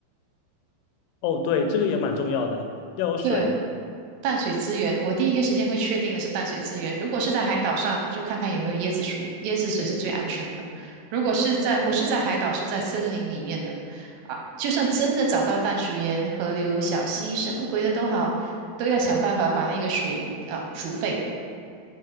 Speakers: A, on the left (about 85°); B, on the right (about 75°).
A: 哦，对，这个也蛮重要的，要有水，
B: 对。淡水资源，我第一个时间会确定的是淡水资源。如果是在海岛上，就看看有没有椰子树，椰子水是最安全的。如果是在不是在海岛，是在森林里面的，啊，就算真的找到淡水源、河流、小溪，什么鬼的都好，都要想办法把那个水啊煮沸。